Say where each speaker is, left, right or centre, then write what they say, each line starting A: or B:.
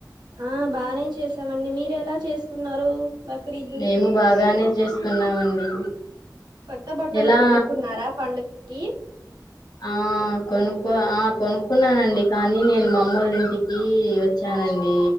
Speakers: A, on the right; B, on the left.
A: ఆ బానే చేస్ స్తమండి మీరు ఎలా చేసుకున్నారు బక్రీద్
B: మేము బాగానే చేసుకున్నామండి
A: కొత్త బట్టలు
B: ఎలా
A: కొనుక్కున్నారా పండుగకి
B: ఆ కొనుకో ఆ కొనుక్కున్నానండి కానీ నేను మా అమ్మోల్ల ఇంటికి వచ్చానండి